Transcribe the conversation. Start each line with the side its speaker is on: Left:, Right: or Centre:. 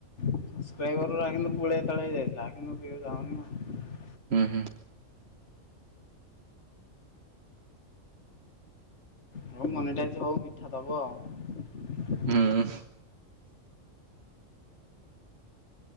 Left: <unintelligible>
Right: ହୁଁ ହୁଁ।
Left: ହଉ ମନି ଟାଇଜ ହଉ ମିଠା ଦବ ଆଉ।
Right: ହୁଁ